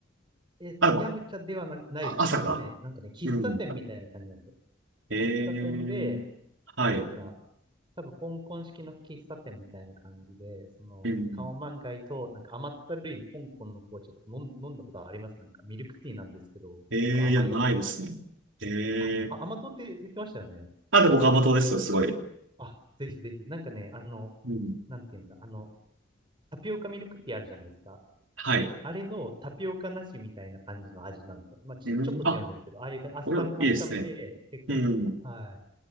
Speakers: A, on the right; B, on the right.
A: えっと、
B: あ、でも
A: ヤムチャではな、ないです。
B: あ、朝か。
A: 本当にね、なんかね、喫茶店みたいな感じなんですよ。
B: うん。ええー。
A: 喫茶店で、
B: はい。
A: なんか、多分香港式の喫茶店みたいな感じで、その、
B: うん。
A: カオマンガイと、なんか甘ったるい香港の紅茶とか飲ん、飲んだことありますなんかミルクティーなんですけど、
B: ええー、
A: 結構甘いんですよね。
B: いや、ないですね。ええ
A: あ、あ、甘党って言ってましたよね。
B: あ、でも僕甘党ですよ、すごい。
A: あ、ぜひぜひ。なんかね、あの、
B: うん。
A: なんて言うんだ、あの、タピオカミルクティーあるじゃないですか。
B: はい。
A: あれのタピオカなしみたいな感じの味なんですよ。まあ、ち、
B: うん。
A: ちょっと違うんですけど、
B: あ、
A: ああいう感じ、アッサム、
B: これいいですね。
A: アッサムで、結構、
B: うん。
A: はい。